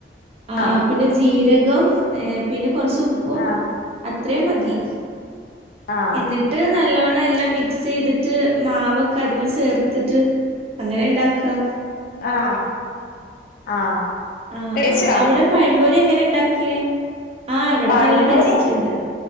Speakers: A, on the right; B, on the left.
A: ആ
B: ആഹ്
A: ആ പിന്നെ ജീരകം ഏ പിന്നെ കൊറച്ച് ഉപ്പും
B: ആഹ്
A: അത്രേ മതി
B: ആഹ്
A: എന്നിട്ട് നല്ലോണ്ണം എല്ലാം മിക്സ് ചെയ്തിട്ട് മാവ്ക്കെ അതിൽ ചേർത്തിട്ട് അങ്ങനെ ഇണ്ടാക്കുക
B: ആഹ് ആഹ്
A: ആഹ്
B: കേച്ചടാ
A: ആഹ് അവിടെ പഴംപൊരി എങ്ങനെ ഇണ്ടാക്കിയേ? ആഹ് ഇവിടെ
B: പഴമ്പൊരി
A: നല്ല ടേസ്റ്റ് ഇണ്ട്.